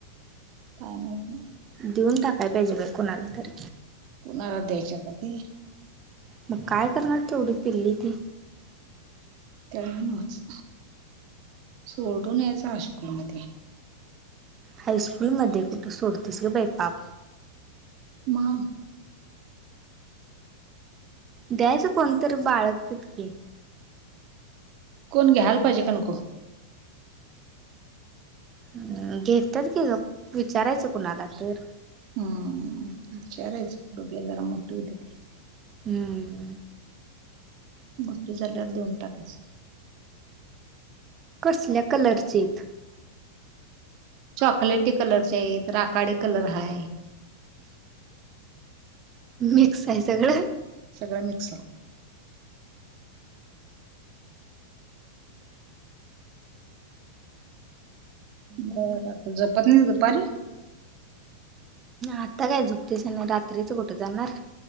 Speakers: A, on the right; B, on the right.
A: काय? माहित नाही
B: दिऊून टाकाय पाहिजे बाई कुणाला तर.
A: कुणाला द्यायच्या कती?
B: मग काय करणार तेवढी पिल्ली ती?
A: काय न्हवच्, सोडून यायच हायशकूल मध्ये.
B: हायस्कूलमध्ये कुठं सोडतीस? ग बाई पाप!
A: म्हा
B: द्यायचं कोणतरी बाळगत्यात कीे
A: कोण घ्याल पाहिजे काय नको?
B: अ घेत्यात की ग, विचारायचं कुणाला तर?
A: हम ईचारायच बघुया जरा मोठी होवू दे की.
B: हुं.
A: मोठी झाल्यावर दिवून टाकायच.
B: कसल्या कलरचीत?
A: चॉकलेटी कलर ची हायित, राकाडी कलरची हाय.
B: मिक्स हाय सगळं.
A: सगळं मिक्स हाय.
B: मग
A: बर, झोपत नाही दुपारी?
B: आता काय झुपतीस आणि रात्रीच कुठ जाणार?